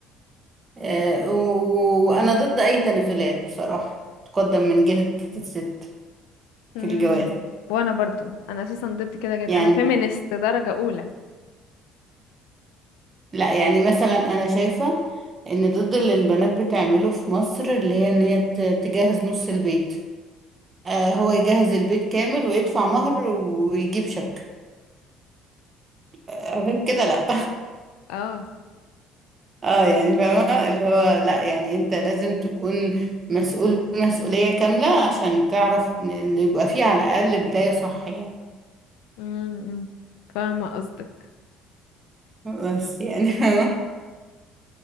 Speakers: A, on the right; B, on the left.
A: آه، و- وأنا ضد أي تنازلات بصراحة تقدم من جهة الست
B: امم
A: في الجواز
B: وانا برضو انا اساسا ضد كده جدا
A: يعني
B: انا فيمينست درجة اولى
A: لا يعني مثلا أنا شايفة إن ضد اللي البنات بتعمله في مصر اللي هي إن هي ت- تجهز نص البيت آه، هو يجهز البيت كامل ويدفع مهر ويجيب شبكة آه، غير كده لا
B: اه
A: اه يعني فاهمة اللي هو لا يعني انت لازم تكون مسؤول مسؤولية كاملة عشان تعرف إن إن يبقى فيه على الأقل بداية صح يعني
B: امم فاهمة قصدك
A: بس يعني <laughs>